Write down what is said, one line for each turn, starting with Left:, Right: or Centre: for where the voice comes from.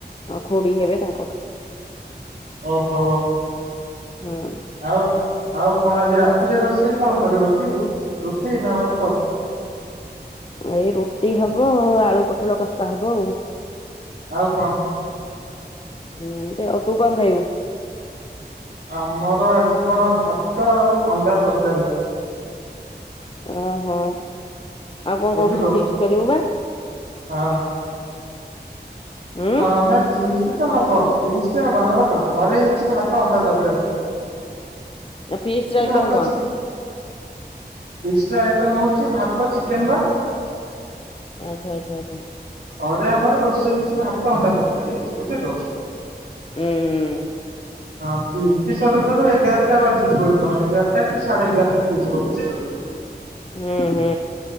Left: ଆ ଖୁଡ଼ୀ ହେବେ ତାଙ୍କଠୁ।
Right: ଓହୋ।
Left: ହୁଁ
Right: ଆଉ ଆଉ କଣ ଆଜି ରାତିରେ ରୋଷେଇ କଣ କରିବ? ରୁଟି ରୁଟି ନା ଭାତ?
Left: ଏଇ ରୁଟି ହବ ଆଳୁ ପୋଟଳ କଷା ହବ ଆଉ।
Right: ଆଉ କଣ?
Left: <unintelligible> ଆଉ ତୁ କଣ ଖାଇବୁ?
Right: ଆମର ଆଜି କଣ ଭାତ ଆଉ ଅଣ୍ଡା ତରକାରୀ।
Left: ଓହୋ ଆଉ କଣ
Right: ବୁଝିଲୁ
Left: କହୁଥିଲୁ ଫିଷ୍ଟ୍ କରିବୁ ବା।
Right: ହଁ
Left: ଉଁ
Right: ହଁ ନାଇଁ ଫି ହବ ଫିଷ୍ଟ୍ ହବ ଆମର ଘରେ ହେଇଛି ଭାତ ଅଣ୍ଡା ତରକାରୀ।
Left: ଫିଷ୍ଟ୍ ର ଆଇଟମ
Right: ଭାତ
Left: କଣ?
Right: ଫିଷ୍ଟ୍ ର ଆଇଟମ ହଉଛି ଭାତ ଚିକେନ୍ ବା।
Left: ଆଚ୍ଛା ଆଚ୍ଛା ଆଚ୍ଛା
Right: ଘରେ ଆମର ରୋଷେଇ ହେଇଛି ଭାତ ଅଣ୍ଡା ତ ତରକାରୀ ହେଇଛି ବୁଝିଲୁ?
Left: ହୁଁ ହୁଁ।
Right: ହଁ ଫିଷ୍ଟ୍ ସରୁ ସରୁ ଏଗାରଟା ବାଜିଯିବ। <unintelligible> ଏଗାରଟା କି ସାଢେ ଏଗାରଟା ହେଇଯିବ ବୁଝିଲୁୁ କି।
Left: ହୁଁ ହୁଁ